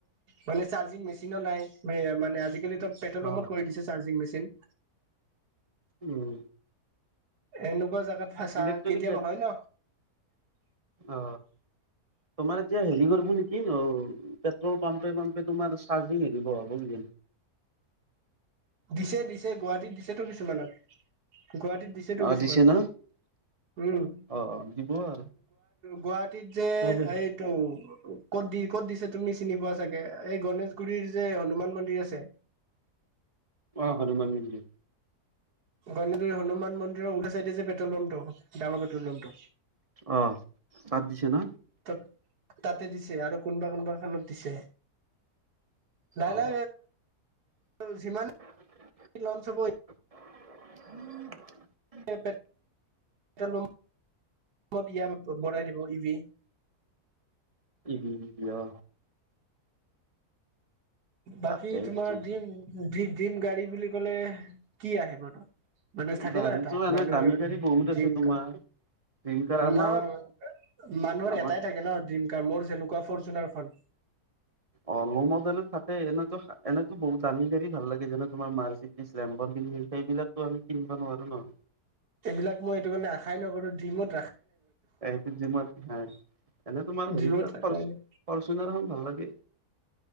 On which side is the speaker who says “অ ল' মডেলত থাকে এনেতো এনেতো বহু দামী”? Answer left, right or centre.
Right